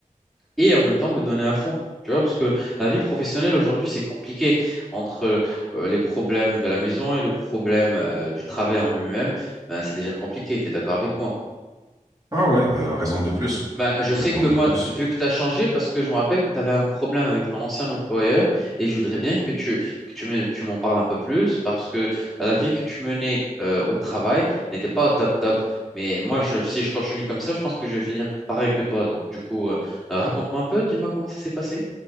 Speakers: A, in the centre; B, on the right.
A: et en même temps me donner à fond. Tu vois, parce que la vie professionnelle aujourd'hui, c'est compliqué entre euh, les problèmes de la maison et le problème euh, du travail en lui-même. Ben, c'est déjà compliqué, tu es d'accord avec moi?
B: Ah ouais, euh, raison de plus.
A: Ben, je sais
B: Raison
A: que
B: de
A: moi,
B: plus.
A: vu que tu as changé, parce que je me rappelle que tu avais un problème avec ton ancien employeur, et je voudrais bien que tu, que tu me- tu m'en parles un peu plus, parce que la vie que tu menais euh, au travail n'était pas au top top. Mais moi, je, si je continue comme ça, je pense que je vais finir pareil que toi. Donc, du coup, euh, raconte-moi un peu, dis-moi comment ça s'est passé.